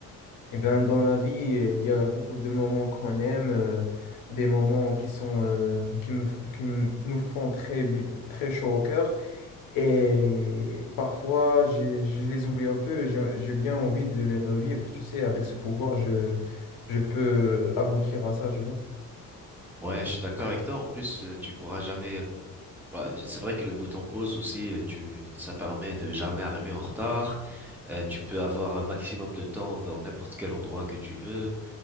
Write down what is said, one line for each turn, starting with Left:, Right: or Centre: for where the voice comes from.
Left: eh ben, dans la vie, il y a beaucoup de moments qu'on aime, euh, des moments qui sont, euh, qui me, f- qui me- nous font très, bu- très chaud au cœur. Et parfois, je, je les oublie un peu, j'ai j'ai bien envie de les revivre, tu sais, avec ce pouvoir, je, je peux aboutir à ça, tu vois.
Centre: Ouais, je suis d'accord avec toi. En plus, euh, tu pourras jamais. euh, ouais, c'est vrai que le bouton pause aussi, euh, tu, ça permet de jamais arriver en retard. Euh, tu peux avoir un maximum de temps dans n'importe quel endroit que tu veux.